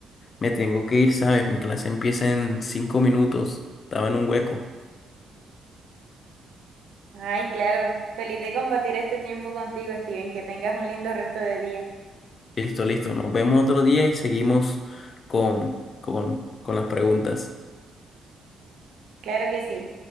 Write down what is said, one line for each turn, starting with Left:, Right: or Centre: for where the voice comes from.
Left: me tengo que ir, ¿sabes? Mi clase empieza en cinco minutos. Estaba en un hueco.
Right: <laughs> Ay, claro, feliz de compartir este tiempo contigo, Steven, que tengas un lindo resto de día.
Left: Listo, listo. Nos vemos otro día y seguimos con, con, con las preguntas.
Right: Claro que sí.